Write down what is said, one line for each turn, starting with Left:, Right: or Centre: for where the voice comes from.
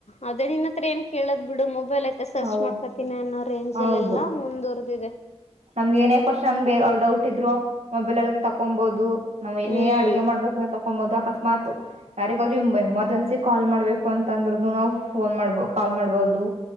Left: ಅದೇ ನಿನ್ ಹತ್ರ ಏನ್ ಕೇಳದ್ ಬಿಡು ಮೊ ಮಬೈಲ್ ಐತೆ ಸರ್ಚ್
Right: ಹೌದು
Left: ಮಾಡ್ಕೊತೀನಿ ಅನ್ನೋ ರೇಂಜ
Right: ಹೌದು
Left: ಎಲ್ಲ ಮುಂದುವರಿದಿದೆ
Right: ನಮ್ಗೆ ಏನೇ ಕ್ವಶನ್ ಬ ಅವ ಡೌಟ್ ಇದ್ರು ಮೊಬೈಲ್ ಅಲ್ಲಿ ತಕೊಬಹದು ನಾವ್ ಏನೇ
Left: ಹ್ಮ್
Right: ಅಡ್ಗೆ ಮಾಡಬೇಕಂದ ತಕೊಂಬೋದು ಅಕಸ್ಮಾತ್ ಯಾರಿಗಾದರೂ ಎಮರ್ಜೆನ್ಸಿ ಕಾಲ್ ಮಾಡ್ಬೇಕು ಅಂತಂದ್ರದು ನಾವು ಫೋನ್ ಮಾಡ್ಬ ಕಾಲ್ ಮಾಡ್ಬೋದು